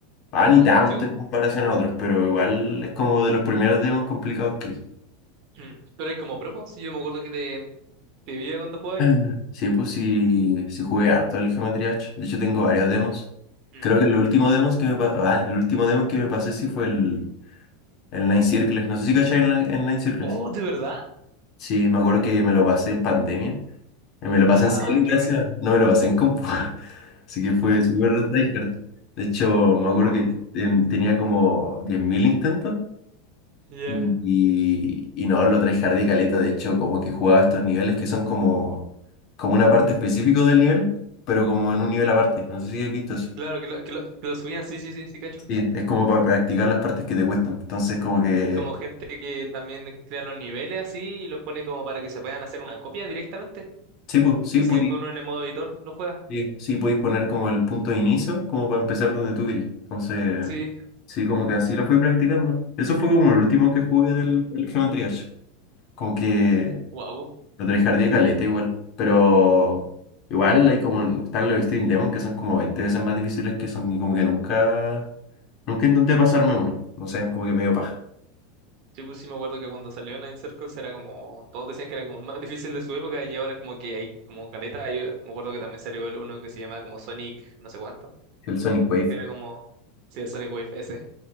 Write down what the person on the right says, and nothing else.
mm,
sigo.
Mm. Pero hay como propo, si yo me acuerdo que te, te vi cuando jugabas.
Mm.
Oh, ¿de verdad?
Cha,
qué
wea.
Oh,
yeah.
Claro, que lo, que lo, que lo subían, sí, sí, sí, sí, cacho.
Es como gente que también crea los niveles así y los pone como para que se puedan hacer una copia directamente.
Y así
después uno en el modo editor lo juega.
Sí.
Wow.
Sí, pues sí me acuerdo que cuando salió Nine Circles era como, todos decían que era como el más <laughs> difícil de su época y ahora es como que hay como caleta. Yo me acuerdo que también salió el uno que se llamaba como Sonic, no sé cuánto,
que era como, sí, el Sonic Wave ese. Y